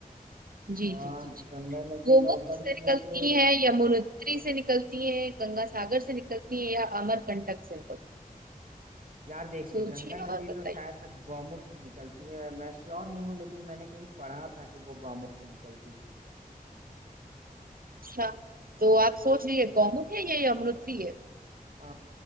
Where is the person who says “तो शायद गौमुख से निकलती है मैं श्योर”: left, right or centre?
Right